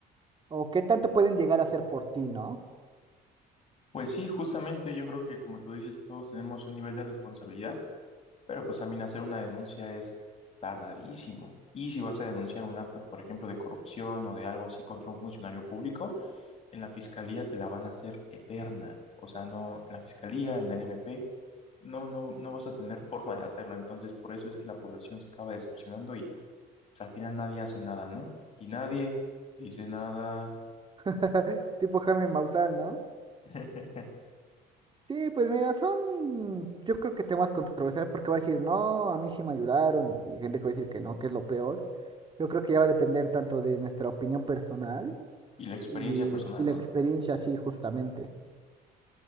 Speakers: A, on the right; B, on the left.
A: O qué tanto pueden llegar a hacer por ti, ¿no?
B: Pues sí, justamente yo creo que como tú dices, todos tenemos un nivel de responsabilidad, pero pues también hacer una denuncia es tardadísimo. Y si vas a denunciar un acto, por ejemplo, de corrupción o de algo así contra un funcionario público, en la fiscalía te la van a hacer eterna. O sea, no, en la fiscalía, en el MP, no, no, no vas a tener <laughs> forma de hacerlo. Entonces, por eso es que la población se acaba decepcionando y pues, al final nadie hace nada, ¿no? Y nadie dice nada.
A: <laughs> Tipo Jaime Maussan, ¿no?
B: <laughs>
A: Sí, pues mira, son, yo creo que temas controversiales porque va a decir, no, a mí sí me ayudaron y gente que va a decir que no, que es lo peor. Yo creo que ya va a depender tanto de nuestra opinión personal
B: Y la experiencia
A: y,
B: personal,
A: y la
B: ¿no?
A: experiencia, sí, justamente.